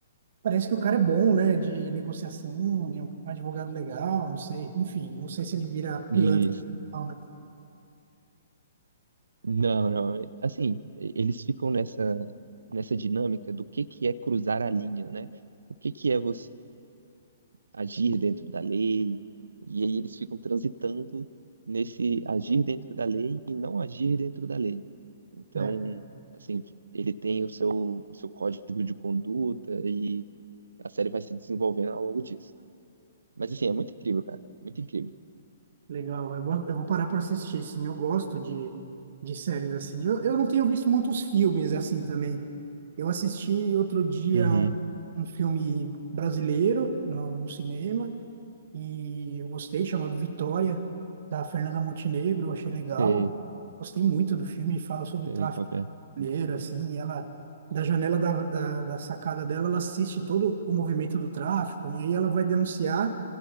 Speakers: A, on the right; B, on the right.
A: parece que o cara é bom, né, de negociação, é um advogado legal, não sei. Enfim, não sei se ele vira
B: Isso.
A: pilantra, não, né?
B: Não, não. Assim, eles ficam nessa nessa dinâmica do que que é cruzar a linha, né? O que que é você agir dentro da lei, e aí eles ficam transitando nesse agir dentro da lei e não agir dentro da lei. Então,
A: É,
B: assim, ele tem o seu, o seu código de conduta e a série vai se desenvolvendo ao longo disso. Mas, assim, é muito incrível, cara, muito incrível.
A: legal. Eu vou, eu vou parar para assistir, sim. Eu gosto de, de séries assim. Eu, eu não tenho visto muitos filmes assim também. Eu assisti outro dia
B: Uhum.
A: um, um filme brasileiro no, no cinema. E eu gostei, chamado Vitória, da Fernanda Montenegro, achei legal.
B: Sei,
A: Gostei muito do filme, fala sobre
B: sei
A: o tráfico
B: qual que é.
A: mineiro, assim, e ela, da janela da, da, da sacada dela, ela assiste todo o movimento do tráfico, e aí ela vai denunciar,